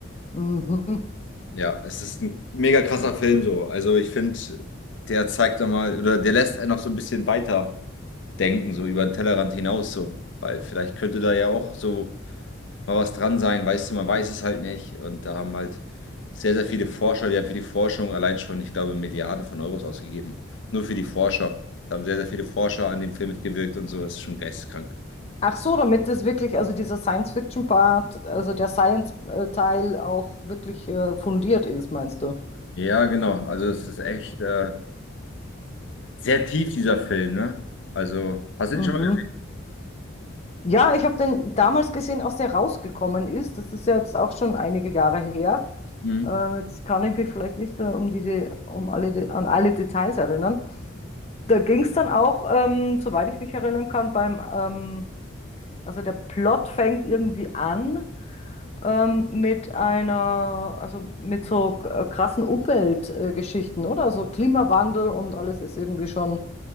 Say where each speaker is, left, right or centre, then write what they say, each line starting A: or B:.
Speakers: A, on the left (about 30°); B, on the left (about 65°).
A: Mhm.
B: Ja, es ist ein mega krasser Film so. Also ich finde, der zeigt da mal oder der lässt einen noch so ein bisschen weiter denken, so über den Tellerrand hinaus so. Weil vielleicht könnte da ja auch so mal was dran sein, weißt du, man weiß es halt nicht. Und da haben halt sehr, sehr viele Forscher, die haben für die Forschung allein schon, ich glaube, Milliarden von Euros ausgegeben. Nur für die Forscher. Es haben sehr, sehr viele Forscher an dem Film mitgewirkt und so. Das ist schon geisteskrank.
A: Ach so, damit das wirklich, also dieser Science-Fiction-Part, also der Science-Teil auch wirklich äh, fundiert ist, meinst du?
B: Ja, genau. Also es ist echt äh, sehr tief, dieser Film, ne? Also, hast du
A: Mhm.
B: den schon mal gesehen?
A: Ja, ich habe den damals gesehen, als der rausgekommen ist. Das ist ja jetzt auch schon einige Jahre her.
B: Mhm.
A: Äh, jetzt kann ich mich vielleicht nicht mehr um die, De- um alle, De- an alle Details erinnern. Da ging es dann auch, ähm, soweit ich mich erinnern kann, beim, ähm, also der Plot fängt irgendwie an ähm, mit einer, also mit so k- krassen Umweltgeschichten, äh, oder? Also Klimawandel und alles ist irgendwie schon